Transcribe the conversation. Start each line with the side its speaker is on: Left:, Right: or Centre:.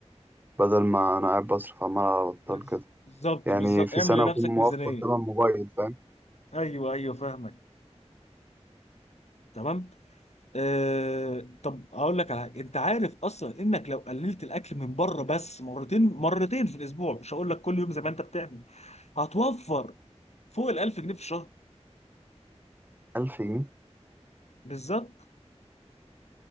Right: بدل ما أنا قاعد بصرف عمال على بطال
Left: بز-
Right: كده
Left: بالظبط
Right: يعني
Left: بالظبط
Right: في
Left: اعمل
Right: سنة
Left: لنفسك
Right: أكون موفر
Left: ميزانية
Right: تمن موبايل فاهم
Left: ايوه ايوه فاهمك تمام آه طب هقول لك على حاجه انت عارف اصلا انك لو قللت الاكل من بره بس مرتين مرتين في الاسبوع مش هقول لك كل يوم زي ما انت بتعمل هتوفر فوق ال 1000 جنيه في الشهر
Right: ألف جنيه
Left: بالظبط